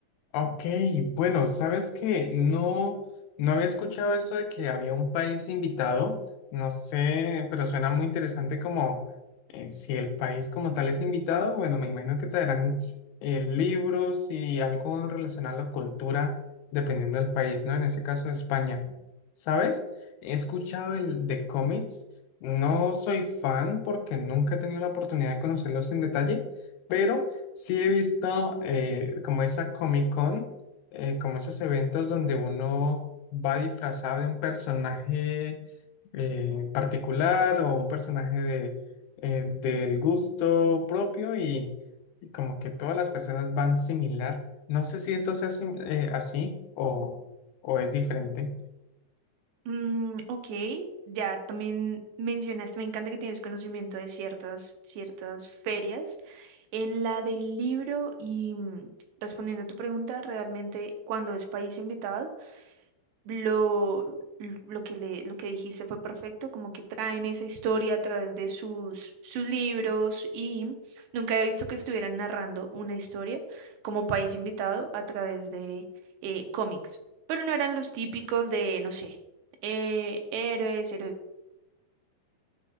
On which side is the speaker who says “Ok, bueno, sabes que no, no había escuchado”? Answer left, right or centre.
Left